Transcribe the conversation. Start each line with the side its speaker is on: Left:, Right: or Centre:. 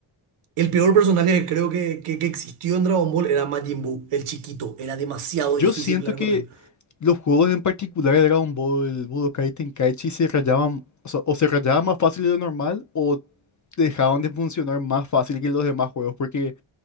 Right: El peor personaje que creo que, que, que existió en Dragon Ball era Majin Buu, el chiquito. Era demasiado difícil
Left: Yo siento
Right: pelear
Left: que
Right: con él.
Left: los juegos en particular de Dragon Ball, Budokai Tenkaichi se rayaban, o sea, o se rayaban más fácil de lo normal o dejaban de funcionar más fácil que los demás juegos porque